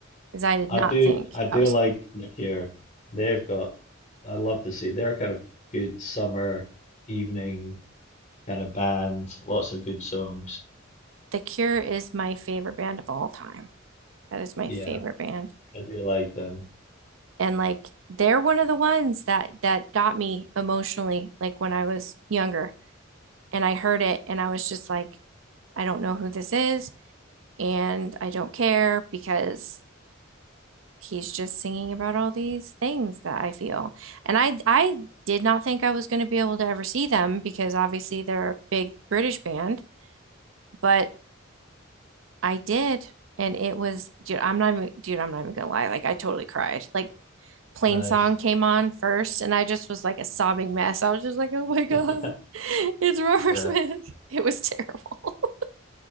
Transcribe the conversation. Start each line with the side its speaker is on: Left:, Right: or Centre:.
Right: because I did
Left: I
Right: not
Left: do
Right: think
Left: I do
Right: I was
Left: like look here. They've got I love to see their kind of good summer evening kind of band, lots of good songs.
Right: The Cure is my favorite band of all time. That is my
Left: Yeah,
Right: favorite band.
Left: I do like them.
Right: And like they're one of the ones that that got me emotionally like when I was younger and I heard it and I was just like I don't know who this is and I don't care because he's just singing about all these things that I feel. And I I did not think I was going to be able to ever see them because obviously they're a big British band, but I did. And it was, dude, I'm not even, dude, I'm not even gonna lie. Like, I totally cried. Like, Plain
Left: Nice.
Right: Song came on first, and I just was like a sobbing mess. I was just like, oh my God,
Left: <laughs>
Right: <laughs> it's Robert
Left: Yeah.
Right: Smith. <laughs> It was terrible. <laughs>